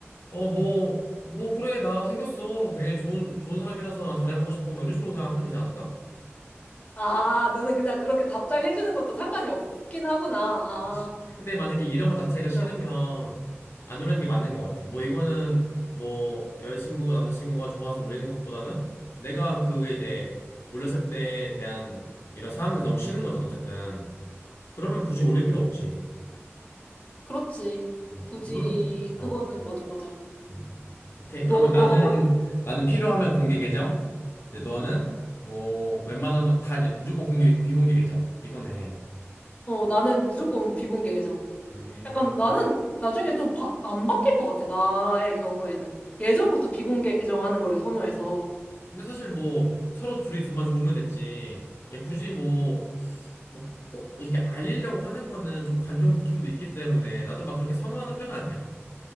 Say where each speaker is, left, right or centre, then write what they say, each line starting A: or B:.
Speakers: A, on the left; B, on the left.
A: 어, 뭐, 뭐, 그래, 나 생겼어. 되게 좋은, 좋은 사람이라서 난 잘해보고 싶어. 뭐 이런 식으로 그냥 하면 되지 않을까?
B: 아, 너는 그냥 그렇게 답장해주는 것도 상관이 없긴 하구나. 아,
A: 그치. 근데 만약에 이런 거 자체가 싫으면
B: 사,
A: 안 올리는 게 맞는 것 같아. 뭐 이거는 뭐 여자친구, 남자친구가 좋아서 올리는 것보다는 내가 그게 이제 올렸을 때에 대한 이런 상황들이 너무 싫은 거잖아, 어쨌든. 그러면 굳이 올릴 필요 없지.
B: 그렇지.
A: 음,
B: 굳이
A: 물론, 어,
B: 그거는 맞아 맞아.
A: 음. 오케이. 그러면
B: 너
A: 나는,
B: 너가 뭐라?
A: 나는 필요하면 공개 계정. 이제 너는 뭐 웬만하면 다 이제 무조건 공개, 비공개 계정. 이거네.
B: 어 나는 무조건 비공개 계정.
A: 음.
B: 약간 나는 나중에 좀 안 바뀔 것 같아. 나의 경우에는 예전부터 비공개 계정 하는 거를 선호해서.
A: 근데 사실 뭐 서로 둘이 좀만 좋으면 됐지. 얘 굳이 뭐, 뭐 꼭 이렇게 알리려고 하는 거는 좀 관종 느낌도 있기 때문에 나도 막 그렇게 선호하는 편은 아니야.